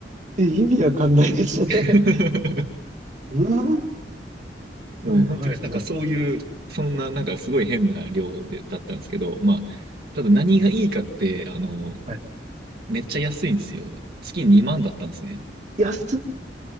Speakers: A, on the right (about 45°); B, on the right (about 60°).
A: え、意味わかんないですね。
B: <laughs>
A: <laughs> えー
B: もう本当になんかそういう、
A: はい、はい、はい。
B: そんななんかすごい変な量で、だったんですけど、まあ、ただ何がいいかって、あの、
A: はい。
B: めっちゃ安いんですよ。月2万だったんですね。
A: 安っ